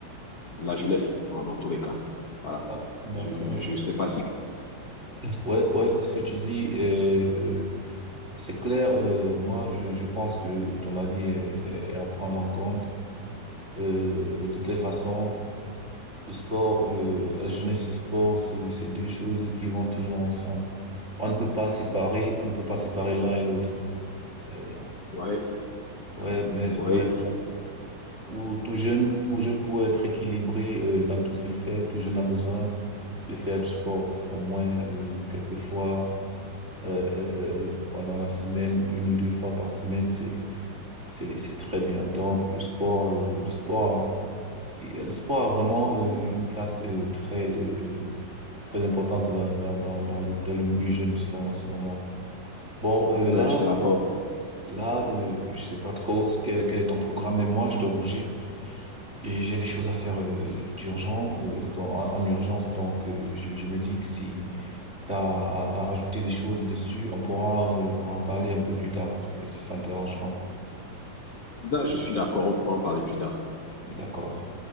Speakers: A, on the left; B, on the right.
A: la jeunesse, en- dans tous les cas. Voilà.
B: Ah, d'accord.
A: Je ne sais pas si...
B: Ouais, ouais, ce que tu dis, est, euh, c'est clair. euh, moi, je, je pense que ton avis est, est- est à prendre en compte. Euh, de toutes les façons. Le sport, euh, la jeunesse et sport, c'est c'est deux choses qui vont toujours ensemble. On ne peut pas séparer, on ne peut pas séparer l'un et l'autre. Euh, là.
A: Oui,
B: ouais, mais
A: oui,
B: pour être,
A: ça-
B: pour tout jeune, pour jeune, pour être équilibré, euh, dans tout ce qu'il fait, tout jeune a besoin de faire du sport au moins, euh, quelques fois, euh, euh, euh, euh, pendant la semaine, une ou deux fois par semaine, c'est, c'est, c'est très bien. Donc, le sport, euh, le sport, Et, euh, Le sport a vraiment euh, une place euh, très euh, euh, très importante dans dans dans dans le dans le milieu jeune selon selon moi. Bon euh,
A: ouais,
B: là
A: je te l'accorde.
B: là euh, je sais pas trop ce quel quel est ton programme mais moi je dois bouger et j'ai des choses à faire euh, d'urgent euh, dans en, en urgence donc euh, je je me dis que si t'as à, à rajouter des choses dessus on pourra euh, en reparler un peu plus tard si si ça ne te dérange pas.
A: Da- Je suis d'accord, on pourra en parler plus tard.
B: D'accord.